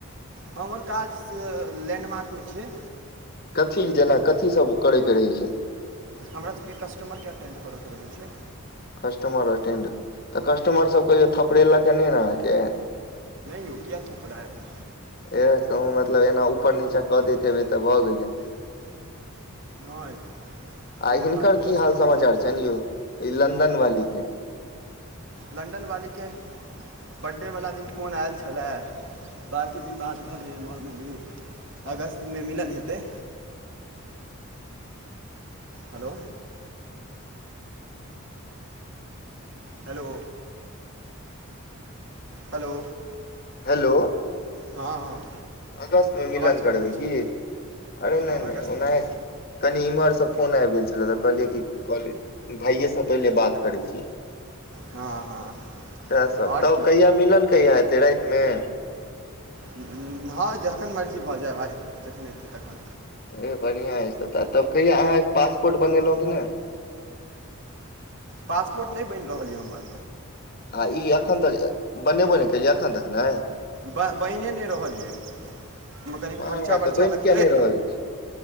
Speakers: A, on the right; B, on the left.
A: हमर काज से लैण्डमार्कमे छै
B: कथी जेना कथी सब करयके रहै छै
A: हमरासभके कस्टमर के अटेंड करयके रहैत छै
B: कस्टमर अटेंड तऽ कस्टमर सब कहियो थपड़ेलक के नहि ने अहाँके
A: यूकिया थोपड़ेत
B: एह कहूँ मतलब एना ऊपर नीचाँ कऽ दैत हेबै तऽ भऽ गेलै
A: नहि
B: आ
A: लेकिन
B: हिनकर
A: बाकी
B: की
A: कस्टमर
B: हाल समाचार
A: सबके
B: छन यौ ई लन्दन वाली के
A: लन्दन वालीके बड़े वला दिन फोन ऐल छलै बाँकी दिन बाद भऽ जाइए नॉर्मली अगस्तमे मिलन हेतै हेलो हेलो हेलो
B: हेलो
A: हँ हँ
B: अगस्त मे मिलन
A: आवाज कटि
B: करबै
A: गेल छलै
B: की अरे नहि
A: हँ
B: नहि
A: अगस्तमे
B: ओनाहे
A: हेतै
B: कनि इम्हरसँ फोन आबि गेल छलए तऽ कहलियै कि कहले भाईसे पहिले बात करै छी
A: हँ हँ
B: सएह सब
A: आओर
B: तब
A: की
B: कहिया मिलन कहिया हेते राति मे
A: हँ जखन मर्जी भऽ जाय भाय जखन एयतै तखन
B: ए बढ़िआं अइछत तब कहिया अहाँ पासपोर्ट बनेलहुॅं कि ने
A: पासपोर्ट नहि बनि रहल यऽ हमर
B: आ ई एखन तक बनेबो नहि केलियै एखन तक नहि
A: ब बनिए नहि रहलिय यै एहिहिमे कनि
B: मार
A: खर्चा
B: मार तऽ
A: बर्चा
B: बनि
A: लगतै
B: किया नहि रहल अछि